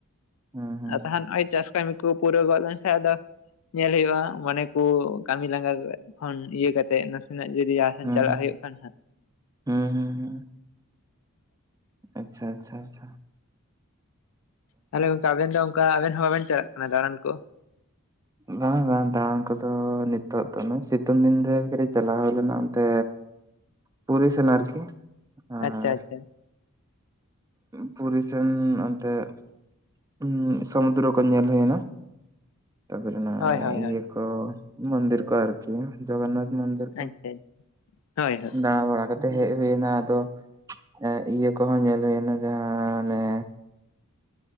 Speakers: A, on the right (about 15°); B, on the left (about 65°).
A: ᱦᱩᱸ ᱦᱩᱸ
B: ᱟᱨ ᱛᱟᱦᱮᱱ ᱱᱚᱜᱼᱚᱭ ᱪᱟᱥ ᱠᱟᱹᱢᱤ ᱠᱩ ᱯᱩᱨᱟᱹ ᱯᱩᱨᱟᱣ ᱜᱚᱫ ᱞᱮᱱᱠᱷᱟᱡ ᱟᱫᱚ ᱧᱮᱞ ᱦᱩᱭᱩᱜᱼᱟ ᱢᱚᱱᱮ ᱠᱚ ᱠᱟᱹᱢᱤ ᱞᱟᱸᱜᱟ ᱠᱷᱚᱱ ᱤᱭᱟᱹ ᱠᱟᱛᱮ ᱱᱟᱥᱮ ᱱᱟᱜ ᱡᱩᱫᱤ ᱤᱭᱟ
A: ᱦᱩᱸ
B: ᱪᱟᱞᱟᱜ
A: ᱦᱩᱸ
B: ᱦᱩᱭᱩᱜ ᱠᱷᱟᱱ ᱦᱟᱸᱜ
A: ᱦᱩᱸ ᱦᱩᱸ ᱦᱩᱸ ᱟᱪᱪᱷᱟ ᱟᱪᱷᱟ ᱟᱪᱷᱟ᱾
B: ᱛᱟᱦᱚᱞᱮ ᱜᱚᱢᱠᱮ ᱟᱵᱮᱱ ᱫᱚ ᱚᱱᱠᱟ ᱟᱵᱮᱱ ᱦᱚᱸ ᱵᱟᱵᱮᱱ ᱪᱟᱞᱟᱜ ᱠᱟᱱᱟ ᱫᱟᱬᱟᱱ ᱠᱚ?
A: ᱵᱟᱝ ᱵᱟᱝ ᱫᱟᱬᱟᱱ ᱠᱚᱫᱚ ᱱᱤᱛᱚᱜ ᱫᱚ ᱥᱤᱛᱩᱝ ᱫᱤᱱ ᱨᱮ ᱠᱟᱹᱴᱤᱡ ᱪᱟᱞᱟᱣ ᱦᱩᱭ ᱞᱮᱱᱟ ᱚᱱᱛᱮ ᱯᱩᱨᱤ ᱥᱮᱱ ᱟᱨᱠᱤ ᱟᱨ
B: ᱟᱪᱪᱷᱟ ᱟᱪᱪᱷᱟ
A: ᱯᱩᱨᱤ ᱥᱮᱱ ᱚᱱᱛᱮ ᱦᱞᱩᱸ ᱥᱚᱢᱩᱫᱫᱨᱚ ᱠᱚ ᱧᱮᱞ ᱦᱩᱭᱱᱟ, ᱛᱟᱯᱚᱨᱮ ᱚᱱᱟ
B: ᱦᱳᱭ ᱦᱳᱭ
A: ᱤᱭᱟᱹ
B: ᱦᱳᱭ
A: ᱠᱚ ᱢᱚᱱᱫᱤᱨ ᱠᱚ ᱟᱨᱠᱤ ᱡᱚᱜᱚᱱᱱᱟᱛᱷ ᱢᱚᱱᱫᱤᱨ ᱠᱚ,
B: ᱟᱪᱪᱷᱟ ᱦᱳᱭ ᱦᱳᱭ
A: ᱫᱟᱲᱟ ᱵᱟᱲᱟ ᱠᱟᱛᱮ ᱦᱮᱡ ᱦᱩᱭ ᱮᱱᱟ ᱟᱫᱚ, ᱮᱸᱜ ᱤᱭᱟᱹ ᱠᱚᱦᱚᱸ ᱧᱮᱞ ᱦᱩᱭᱱᱟ ᱡᱟᱦᱟᱸ ᱚᱱᱮ